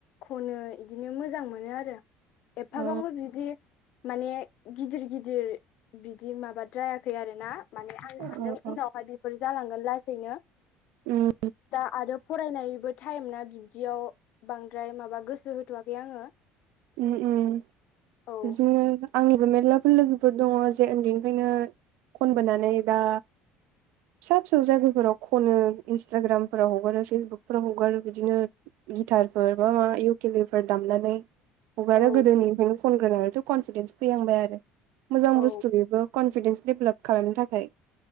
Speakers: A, on the left; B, on the right.
A: खनो इदिनो मोजां मोनो आरो। एफाबांबो
B: अ
A: बिदि माने गिदिर गिदिर बिदि माबाद्रायाखै आरो ना माने आं
B: अ
A: सानदों उनाव <unintelligible> फोर जालांगोन लासैनो
B: उम
A: दा आरो फरायनायबो टाइम ना बिब्दियाव बांद्राय माबा गोसो होथ'वाखै आङो
B: ओम ओम
A: औ
B: बिदिनो आंनिबो मेर्लाफोर लोगोफोर दङ जे उन्दैनिफ्रायनो खनबोनानै दा फिसा फिसौ जायगाफोराव खनो इन्स्टाग्रामफोराव हगारो फेसबुकफोराव हगारो बिदिनो गिटारफोर बा माबा इयउकिलिफोर दामनानै हगारो
A: औ
B: गोदोनिफ्रायनो खनग्रोनानैथ' कनफिदेन्स फैहांबाय आरो मोजां
A: औ
B: बुस्थु बेबो कनफिडेन्स डेभेलप खालामनो थाखाय?